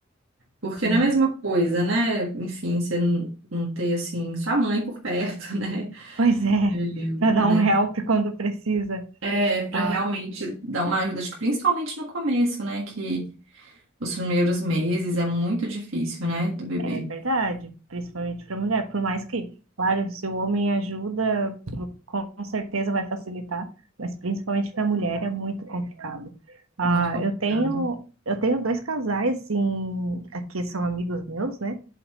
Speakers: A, on the right; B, on the right.
A: Porque
B: Sim.
A: não é a mesma coisa, né? Enfim, você não, não ter, assim, sua mãe por perto, <laughs> né?
B: Pois é,
A: Eu-
B: para dar
A: né?
B: um help quando precisa.
A: É, para
B: Ah,
A: realmente dar uma ajuda, acho que principalmente no começo, né? Que os primeiros meses é muito difícil, né? Do bebê,
B: é verdade, principalmente para mulher. Por mais que, claro, se o homem ajuda, pro- com certeza vai facilitar, mas principalmente para mulher é muito complicado. Ah,
A: muito complicado.
B: eu tenho, eu tenho dois casais em, aqui são amigos meus, né?